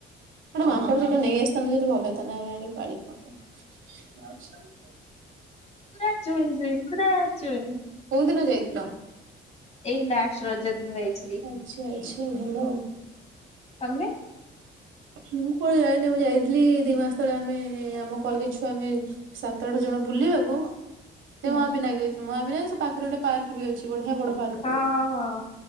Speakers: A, on the right; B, on the left.
A: ଗୋଟେ ମାଙ୍କଡ଼ ସେଠୁ ନେଇ ଆସିଥାଆନ୍ତୁ ଯଦି ଭଲ ହେଇଥାଆନ୍ତା ଆମେ ଆଣି। ପା ପା। <unintelligible>
B: ପୁରା ଚୁଇଁ ଚୁଇଁ ପୁରା ଚୁଇଁ।
A: କୋଉଦିନ ଯାଇଥିଲ?
B: ଏଇ ଲାଷ୍ଟ ରଜ ଦିନ ଯାଇଥିଲି।
A: ଆଛା ଆଛା ଭଲ ଆଉ।
B: ତମେ।
A: ମୁଁ କୁଆଡେଯାାଇିନି ମୁଁ ଯାଇଥିଲି ଦି ମାସ ତଳେ ଆମେ ଆମ କଲେଜ ଛୁଆ ଆମେ ସାତ ଆଠ ଜଣ ବୁଲିବାକୁ। ସେ
B: ହୁଁ।
A: ମହାବିନାୟ ଯାଇଥିଲୁ ମହାବିନାୟକ ସେ ପାଖରେ ଗୋଟେ ପାର୍କ ବି ଅଛି ବଢିଆ ବଡ ପାର୍କ।
B: ହଁ ହଁ